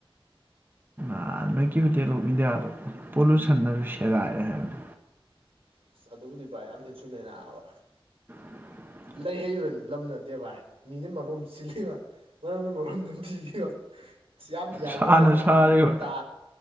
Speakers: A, on the right; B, on the right.
A: ꯑ ꯅꯣꯏ ꯀꯦꯄꯤꯇꯦꯜ ꯑꯣꯝ ꯏꯟꯗꯤꯌꯥ ꯗꯣ ꯄꯣꯂꯨꯁꯟ ꯅꯁꯨ ꯁꯦꯒꯥꯏꯔꯦ ꯍꯥꯏꯕ
B: ꯑꯁ ꯑꯗꯨꯕꯨꯗꯤ ꯚꯥꯏ ꯌꯥꯝ ꯗꯤ ꯆꯨꯝꯃꯦꯅꯕ
A: <inaudible>
B: ꯂꯩꯍꯩꯕ ꯗꯨꯝ ꯂꯝꯅꯗꯦ ꯚꯥꯏ ꯃꯤꯅ ꯃꯔꯣꯝ ꯁꯤꯜꯂꯤꯕ ꯃꯅꯝꯅ ꯃꯔꯣꯝ ꯑꯝ ꯅꯝꯊꯤꯕꯤꯕ ꯑꯁ ꯌꯥꯝꯗꯤ ꯌꯥꯜꯂꯔꯣꯏꯒꯦ
A: ꯁꯥꯅ
B: ꯚꯥꯏ
A: ꯁꯥꯔꯤꯕ
B: ꯃꯤꯟ ꯇꯥ